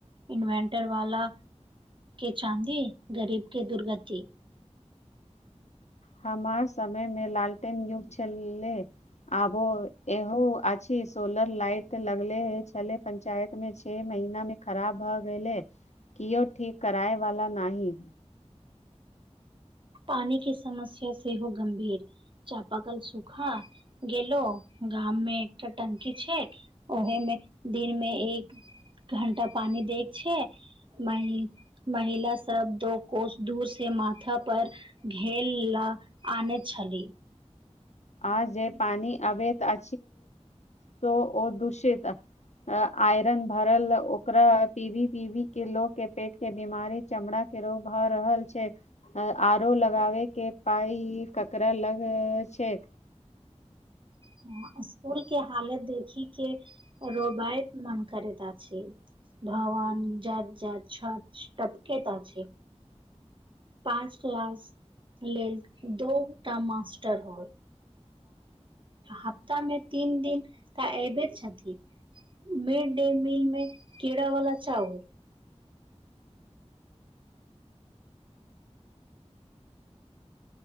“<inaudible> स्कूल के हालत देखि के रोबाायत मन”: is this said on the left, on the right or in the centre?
Right